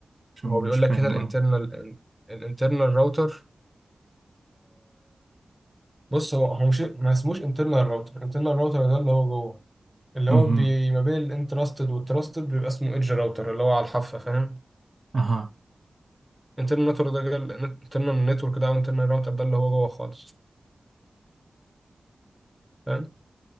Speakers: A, on the right; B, in the centre.
A: عشان
B: هو
A: مش
B: بيقول
A: فاهم
B: لك هنا الانترنال
A: اه
B: الانترنال راوتر بص هو هو مش ما اسموش انترنال راوتر انترنال راوتر ده اللي هو جوه اللي
A: امم
B: هو بي ما بين الانترستد والتراستد بيبقى اسمه ايدج راوتر اللي هو على الحافه فاهم
A: اها
B: انترنال نتورك ده انترنال نتورك ده او انترنال راوتر ده اللي هو جوه خالص فاهم